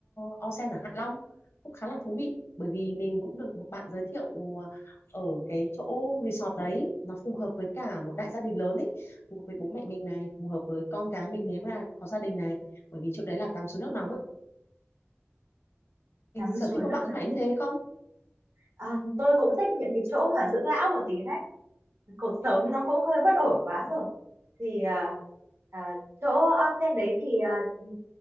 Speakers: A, on the left; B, on the right.
A: onsen ở Hạ Long cũng khá là thú vị bởi vì mình cũng được một bạn giới thiệu ờ, ở cái chỗ resort đấy nó phù hợp với cả một đại gia đình lớn ấy phù hợp với bố mẹ mình này phù hợp với con cái mình nếu là có gia đình này bởi vì chỗ đấy là tắm suối nước nóng ấy. Thì
B: Tắm
A: sở
B: suối
A: thích của
B: nước
A: bạn có
B: nóng
A: phải như thế không
B: À, tôi cũng thích những cái chỗ mà dưỡng lão một tí đấy. Cuộc sống nó cũng hơi bất ổn quá rồi. Thì à, à, chỗ onsen đấy thì à, ừ,